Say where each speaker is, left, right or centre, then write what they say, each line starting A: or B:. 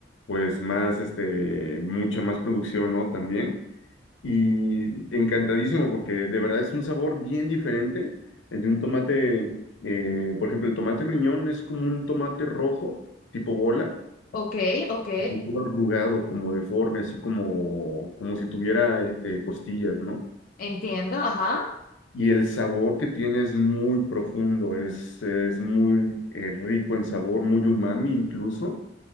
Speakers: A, on the left; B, on the left.
A: pues, más, este, mucha más producción, ¿no? También. Y encantadísimo porque de verdad es un sabor bien diferente. El de un tomate, eh, por ejemplo, el tomate riñón es como un tomate rojo, tipo bola,
B: Ok, ok,
A: como todo arrugado, como deforme, así como, como si tuviera eh, costillas, ¿no?
B: entiendo, ajá.
A: Y el sabor que tiene es muy profundo, es, es muy eh, rico en sabor, muy umami incluso